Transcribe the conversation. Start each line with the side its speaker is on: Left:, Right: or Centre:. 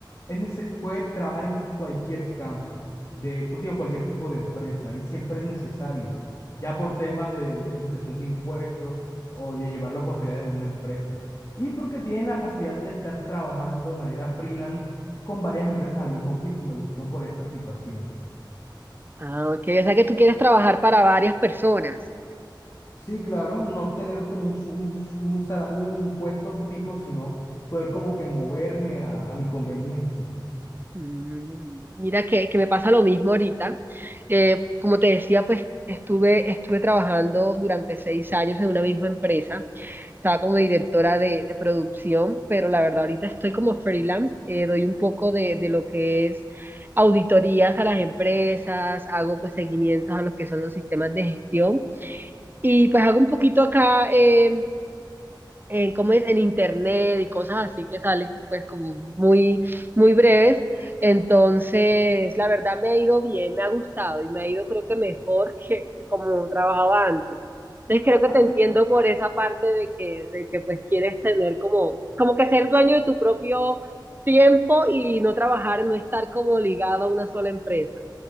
Left: es nece- puede trabajar en cualquier campo, de, digo, en cualquier tipo de empresa y siempre es necesario, ya por temas de, de presentación de impuestos o de llevar la contabilidad en una empresa. Y porque tienen la facilidad de estar trabajando de manera freelance con varias empresas al mismo tiempo. Me gustó por esa situación.
Right: Ah, ok, o sea que tú quieres trabajar para varias personas.
Left: Sí, claro, no tener un, como un, su- un, su- un, sala- un puesto fijo, sino poder como que moverme a, a mi conveniencia.
Right: Mm, Mira que, que me pasa lo mismo ahorita. Eh, como te decía, pues estuve, estuve trabajando durante seis años en una misma empresa. Estaba como directora de, de producción, pero la verdad ahorita estoy como freelance. Eh, doy un poco de, de lo que es auditorías a las empresas, hago pues seguimientos a los que son los sistemas de gestión y pues hago un poquito acá eh, en, ¿cómo es? en internet y cosas así que salen pues como muy, muy breves. Entonces, la verdad me ha ido bien, me ha gustado y me ha ido creo que mejor <laughs> que, que como trabajaba antes. Entonces creo que
Left: Ah,
Right: te
Left: sí,
Right: entiendo por esa parte de que, de que pues quieres tener como, como que ser dueño de tu propio tiempo y no trabajar, no estar como ligado a una sola empresa.